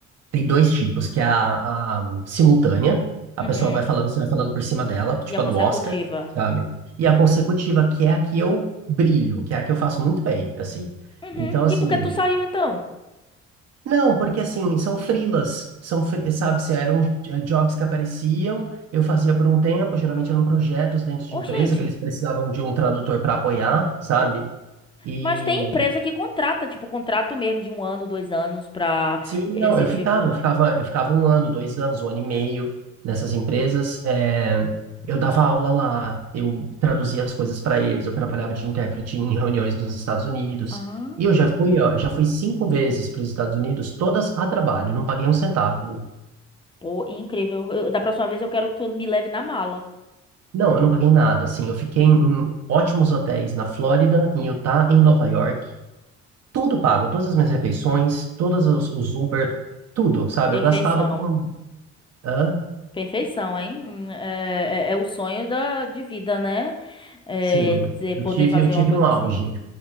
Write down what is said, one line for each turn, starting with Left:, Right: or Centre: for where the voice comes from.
Right: tem dois tipos, que é a, a simultânea, a
Left: Uhum.
Right: pessoa vai falando, você vai falando por cima dela, tipo
Left: E a
Right: a do
Left: consecutiva?
Right: Oscar, sabe? E a consecutiva, que é a que eu brilho, que é a que eu faço muito bem, assim.
Left: Uhum.
Right: Então, assim,
Left: E por que tu saiu então?
Right: Não, porque assim, são freelas, são, fre- sabe, se eram eh, jobs que apareciam, eu fazia por um tempo, geralmente eram projetos dentro de
Left: Ô,
Right: empresa
Left: gente.
Right: que eles precisavam de um tradutor para apoiar, sabe? E
Left: Mas tem empresa que contrata, tipo, contrato mesmo de um ano, dois anos pra
Right: sim,
Left: esse
Right: não, eu
Left: tipo.
Right: ficava, eu ficava, eu ficava um ano, dois anos, um ano e meio nessas empresas, eh, eu dava aula lá, eu traduzia as coisas para eles, eu trabalhava de intérprete em reuniões nos Estados Unidos.
Left: Ah,
Right: E eu já fui, ó, já fui cinco vezes para os Estados Unidos, todas a trabalho, não paguei um centavo.
Left: pô, incrível. Eu- da próxima vez eu quero que tu me leve na mala.
Right: Não, eu não paguei nada. Assim, eu fiquei em ótimos hotéis na Flórida, em Utah, em Nova York. Tudo pago, todas as minhas refeições, todos os, os Uber, tudo, sabe?
Left: Perfeição.
Right: Eu gastava com. Hã?
Left: Perfeição, hein? Hum, É, é- é o sonho da, de vida, né? É,
Right: Sim,
Left: você poder
Right: eu tive,
Left: fazer
Right: eu tive
Left: uma coisa
Right: um auge.
Left: assim.